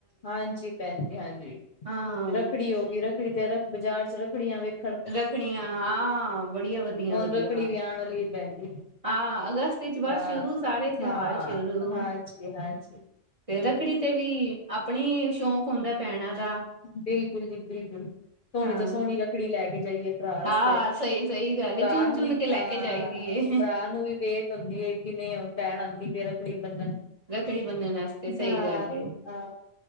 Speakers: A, on the left; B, on the right.
A: ਹਾਂਜੀ ਪੈਨ ਜੀ ਹਾਂਜੀ,
B: ਹਾਂ
A: ਰੱਖੜੀ ਹੋਗੀ ਰੱਖੜੀ ਤੇ ਰ ਬਾਜ਼ਾਰ ਚ ਰੱਖੜੀਆਂ ਵੇਖ
B: ਰੱਖੜਿਆਂ ਹਾਂ ਬੜੀਆ ਵਧੀਆ-ਵਧੀਆ।
A: ਹੁਣ ਰੱਖੜੀ ਵੀ ਆਣ ਵਾਲੀ ਭੈਣ ਜੀ
B: ਆ ਅਗਸਤ ਵਿੱਚ ਬਸ
A: ਹਾਂ
B: ਸ਼ੁਰੂ ਸਾਰੇ ਤਿਉਹਾਰ
A: ਹਾਂ
B: ਸ਼ੁਰੂ।
A: ਹਾਂਜੀ ਹਾਂਜੀ
B: ਤੇ ਰੱਖੜੀ ਤੇ ਵੀ ਆਪਣੀ ਸ਼ੌਕ ਹੁੰਦਾ ਪੈਨਾ ਦਾ।
A: ਬਿਲਕੁਲ ਜੀ ਬਿਲਕੁਲ, ਸੋਹਣੀ
B: ਹਾਂ
A: ਤੋ ਸੋਹਣੀ ਰੱਖੜੀ ਲੈ ਕੇ ਜਾਈਏ। ਪਰਾ ਆਸਤੇ,
B: ਹਾਂ ਸਹੀ ਸਹੀ ਗੱਲ
A: ਪਰਾ
B: ਏ ਚੁਣ
A: ਨੂੰ
B: ਚੁਣ
A: ਵੀ
B: ਕੇ ਲੈ
A: ਅਹ
B: ਕੇ ਜਾਈਦੀ ਏ।
A: ਪਰਾ ਨੂੰ ਵੀ ਵੇ ਹੁੰਦੀ ਏ ਕਿ ਨਈ ਹੁਣ ਪੈਣ ਆਂਦੀ ਪਈ ਏ ਰੱਖੜੀ ਬੰਨਣ।
B: ਰੱਖੜੀ ਬੰਨਣ ਆਸਤੇ ਸਈ
A: ਹਾਂ
B: ਗੱਲ ਏ।
A: ਹਾਂ